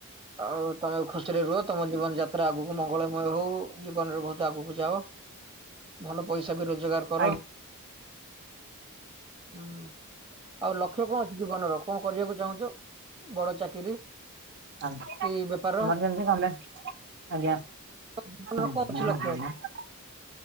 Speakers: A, on the right (about 25°); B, on the right (about 50°).
A: ଆଉ କଣ ଖୁସିରେ ରୁହ। ତମ ଜୀବନ ଯାତ୍ରା ଆଗୁକୁ ମଙ୍ଗଳମୟ ହଉ। ଜୀବନରେ ବହୁତ ଆଗୁକୁ ଯାଅ। ଭଲ ପଇସା ବି ରୋଜଗାର କର
B: ଆଜ୍ଞା।
A: ହୁଁ। ଆଉ ଲକ୍ଷ୍ୟ କଣ ଅଛି ଜୀବନର କଣ କରିବାକୁ ଚାହୁଁଚ ବଡ଼ ଚାକିରି?
B: ଆ ମର
A: କି ବେପାର?
B: କେମତି କଣ ହେଲା?
A: ଜୀବନର
B: ଆଜ୍ଞା
A: କଣ ଅଛି ଲକ୍ଷ୍ୟ
B: <unintelligible>